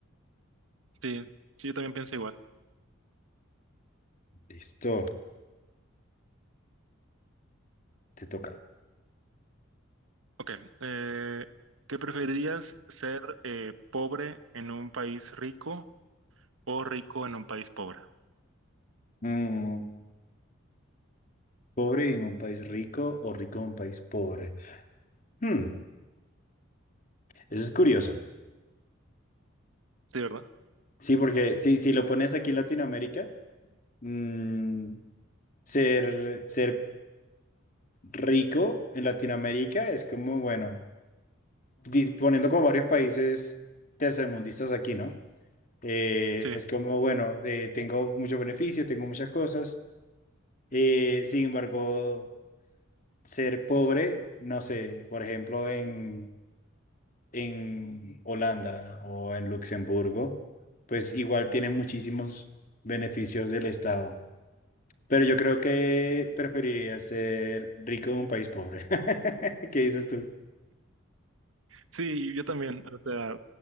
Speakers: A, on the right; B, on the left.
A: sí, sí, yo también pienso igual.
B: Listo, te toca.
A: Ok, eh, ¿qué preferirías ser eh, pobre en un país rico o rico en un país pobre?
B: Mm, ¿pobre en un país rico o rico en un país pobre? Hmm, eso es curioso.
A: Sí, ¿verdad?
B: Sí, porque si, si lo pones aquí en Latinoamérica, mm, ser, ser rico en Latinoamérica es como, bueno, dis- poniendo como varios países tercermundistas aquí, ¿no? Eh,
A: Sí,
B: es como, bueno, eh, tengo muchos beneficios, tengo muchas cosas Eh, sin embargo, ser pobre, no sé, por ejemplo, en, en Holanda o en Luxemburgo, pues igual tiene muchísimos beneficios del Estado. Pero yo creo que preferiría ser rico en un país pobre. <laughs> ¿Qué dices tú?
A: sí, yo también. O sea,